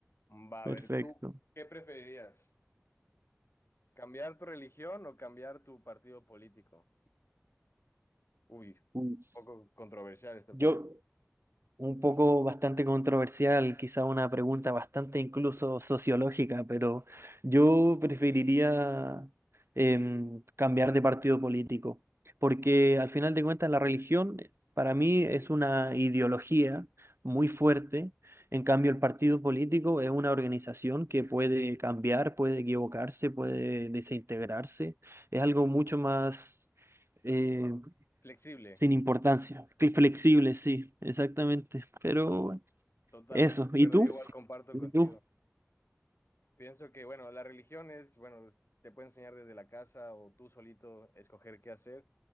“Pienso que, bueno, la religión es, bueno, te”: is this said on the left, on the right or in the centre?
Left